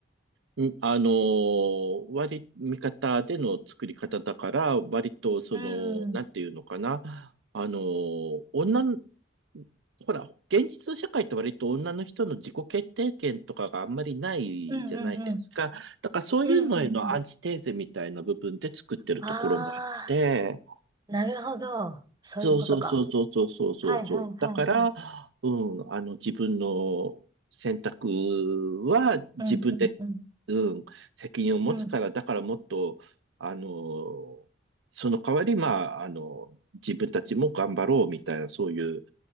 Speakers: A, on the right; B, on the right.
A: うんあのー割り、味方での作り方だから、割と、その、
B: うん。
A: なんていうのかな。あのー女の、ほら、現実の社会って割と女の人の自己決定権とかがあんまりないじゃないですか。
B: うんうんうん。
A: だからそういうのへのアンチテーゼみたいな部分で作ってるところもあって、
B: うんうんうん。ああ、なるほど。そういうことか。
A: そうそうそうそうそうそうそうそう。
B: はいはいはいはい。
A: だから、うん、あの、自分の選択は自分で
B: うんうんうん。
A: うん、責任を持つから、
B: うん。
A: だからもっと、あの、その代わり、まあ、あの、自分たちも頑張ろうみたいな、そういう、